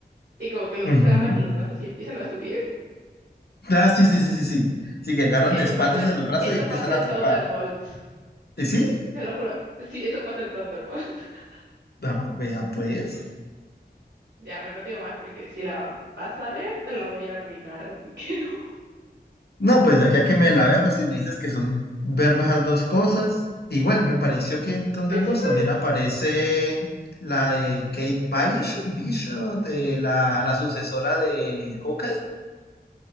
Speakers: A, on the right (about 85°); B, on the left (about 65°).
A: y como que los
B: Ujú.
A: dos se agarran de los brazos y empiezan a subir.
B: Ah, sí, sí, sí, sí, sí. Sí, que agarran
A: Eso
B: de espaldas
A: pasa,
B: de los brazos
A: eso
B: y empiezan
A: pasa
B: a
A: en
B: trepar.
A: Thunderbolts.
B: ¿Y sí?
A: Te lo juro. Sí, eso pasa en Thunderbolts. <laughs>
B: No, vea pues.
A: Ya, pero no te digo más porque si la vas a ver, te la voy a arruinar, así que no. <laughs>
B: No, pues ya que a que me la vea, pues si me dices que son verme esas dos cosas, igual me pareció que en Thunderbolts
A: Pues sí pues
B: también aparece la de Kate Bishop, Bishop, de la, la sucesora de Hawkeye,